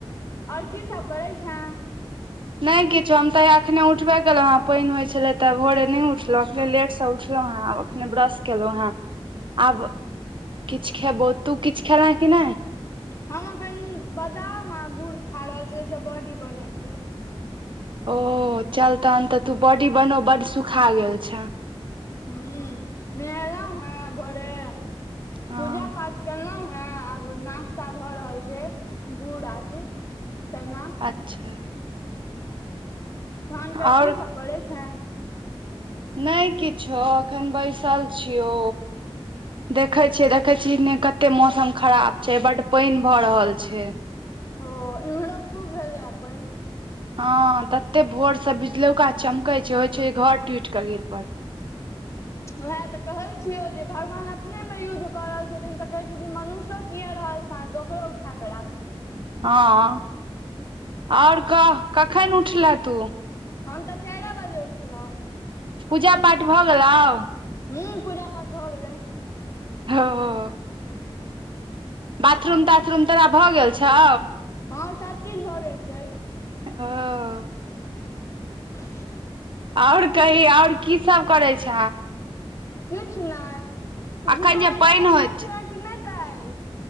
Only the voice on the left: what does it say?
आओर की सब करै छैं
हम अखन बादाम आ गुड़ खा रहल छी ओहिस बॉडी बनय छै
हू नहेलौं हैं भोरे
पूजा पाठ केेलहुं हैं आब नास्ता भऽ रहल छै गुड़ आ अथी चना
धन कै
की सब पड़ै छनि
ओ
ओ इम्हरो खूब भलैय अपन
उएह तऽ कहय छियौ जे भगवान अपने मे युद्ध कऽ रहल छथिन तऽ कहे छथिन मनुष्यो किया रहल शान्त ओकरो उठाकऽ राखी
हम तऽ चाइरे बजे उठलहुँ
हूँ पूजा पाठ भऽ गेलै
हँं सब चीज भऽ गेल छै
<inaudible>
किछ नहि तू
घुमय
ला
कतऽ
गेल छे कि नहि काल्हि